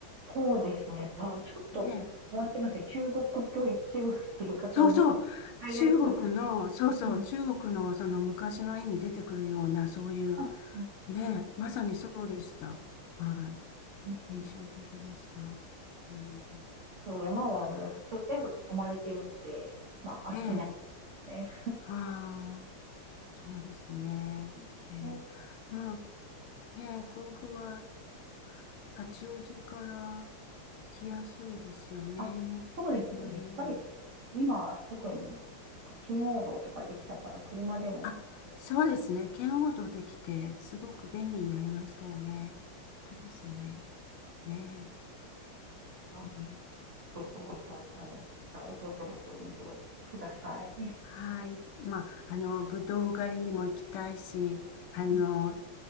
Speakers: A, on the right (about 70°); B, on the left (about 80°).
A: そうですね。あ、ちょっと変わってますね。
B: ね
A: 中国っぽい、中国っていうか、その、
B: そうそう。
A: 海外っぽい感じ。
B: 中国の、そうそう、
A: うん。
B: 中国のその昔の絵に出てくるような、そういう、
A: うん、うん、
B: ね、まさにそうでした。は
A: うん。
B: い。印象的でした。うん、
A: そう山はもうずっと全部囲まれているので、
B: は
A: まあ、
B: いええ、
A: 飽きないですよね。
B: はあ、そうですね。
A: <laughs>
B: ええ、
A: うん
B: まあ、ね、甲府は八王子から行きやすいですよね。
A: あ、そうですよね。
B: うん。
A: 近いですよね。今は特に、なんか圏央道とかできたから、車でもやって
B: あ、そうですね。圏央道できて、すごく便利になりましたよね。
A: ましたね。
B: 本当ですね。ね
A: あぜ
B: え。うん、
A: ひぜひ、あの、訪れてみてください。
B: はい。まあ、あの、ぶどう狩りにも行きたいし、あの、
A: <laughs> うん